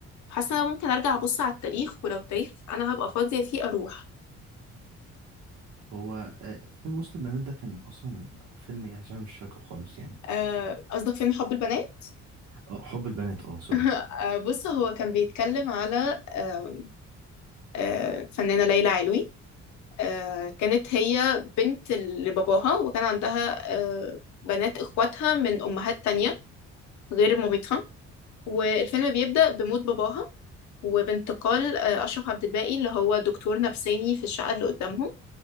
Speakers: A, on the left (about 70°); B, on the right (about 70°).
A: حاسة إن أنا ممكن أرجع أبص على التاريخ ولو التاريخ أنا هبقى فاضية فيه أروح
B: هو آه فيلم وسط البنات ده كان اصلا فيلم ايه عشان مش فاكره خالص يعني
A: آه، قصدك فيلم حب البنات
B: آه حب البنات اه سوري
A: <laughs> آه، بص هو كان بيتكلم على آه، آه، فنانة ليلى علوي آه، كانت هي بنت لباباها وكان عندها آه، بنات اخواتها من امهات تانية غير مامتها والفيلم بيبدأ بموت باباها وبانتقال آه، أشرف عبد الباقي اللي هو دكتور نفساني في الشقة اللي قدامهم